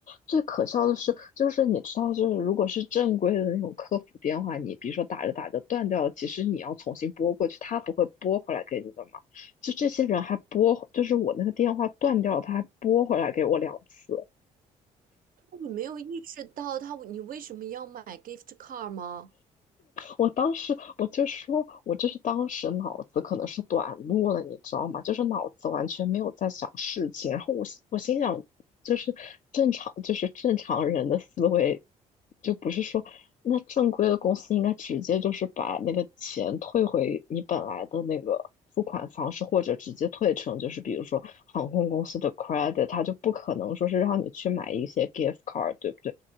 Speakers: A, on the left; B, on the right.
A: 最可笑的是，就是你知道，就是如果是正规的那种客服电话，你比如说打着打着断掉了，其实你要重新拨过去，他不会拨回来给你的嘛。就这些人还拨，就是我那个电话断掉了，他还拨回来给我两次。
B: 那你没有意识到他，你为什么要买 gift card 吗？
A: 我当时我就说，我就是当时脑子可能是短路了，你知道吗？就是脑子完全没有在想事情，然后我心我心想，就是正常，就是正常人的思维，就不是说那正规的公司应该直接就是把那个钱退回你本来的那个付款方式，或者直接退成就是比如说航空公司的 credit，它就不可能说是让你去买一些 gift card，对不对？